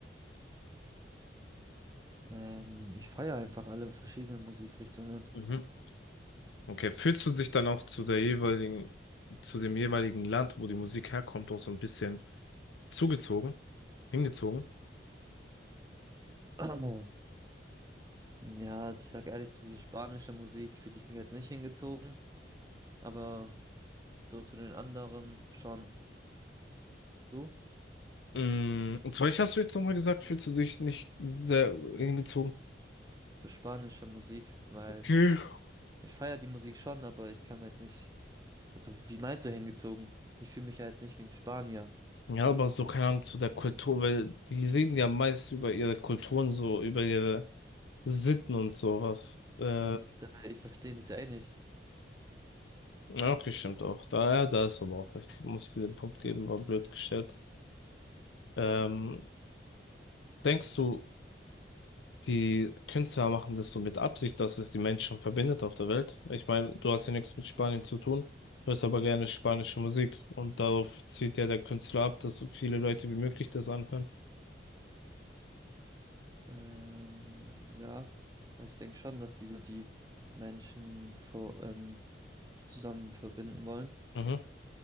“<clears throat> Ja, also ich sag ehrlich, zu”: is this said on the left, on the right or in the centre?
Right